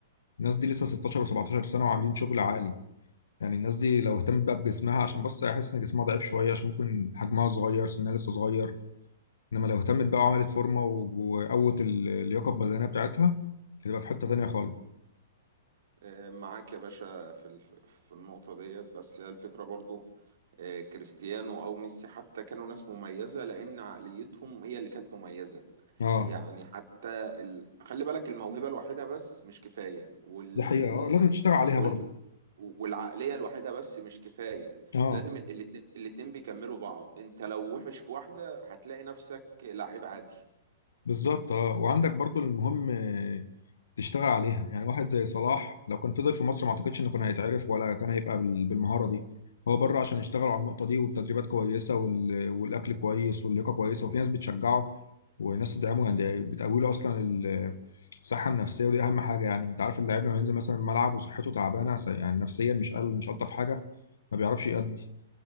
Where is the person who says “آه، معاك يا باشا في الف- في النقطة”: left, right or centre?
Right